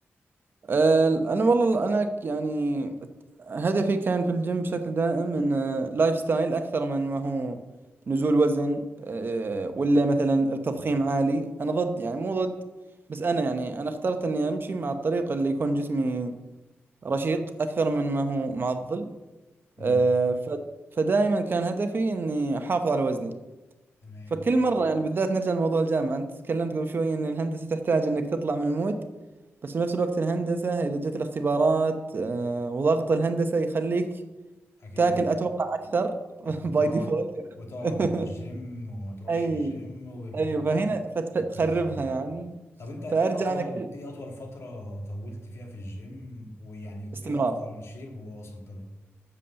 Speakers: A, on the right (about 50°); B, on the left (about 70°).
A: آه، انا والله انا ك- يعني هدفي كان في الجيم بشكل دائم انه لايف ستايل اكثر من ما هو نزول وزن آه، ولا مثلا تضخيم عالي انا ضد يعني مو ضد بس انا يعني انا اخترت اني امشي مع الطريق اللي يكون جسمي رشيق اكثر من ما هو معضل
B: امم
A: آه، ف... فدائما كان هدفي اني احافظ على وزني
B: تمام
A: فكل مره يعني بالذات نرجع لموضوع الجامعه انت تكلمت قبل شوي ان الهندسه تحتاج انك تطلع من المود بس في نفس الوقت الهندسه اذا جت الاختبارات آه، وضغط الهندسه يخليك
B: اكيد
A: تاكل اتوقع اكثر <laughs>
B: أكيد. وتقعد
A: باي ديفولت
B: وتقعد
A: <laughs>
B: من الجيم وما تروحش
A: اي
B: الجيم وال-
A: اي فهنا فتخربها
B: والقصص دي كلها
A: يعني
B: طب انت ايه
A: فارجع
B: اطول
A: انا كل-
B: ايه اطول فترة طولت فيها في الجيم ويعني
A: باستمرار
B: ايه افضل شيب ووصلت له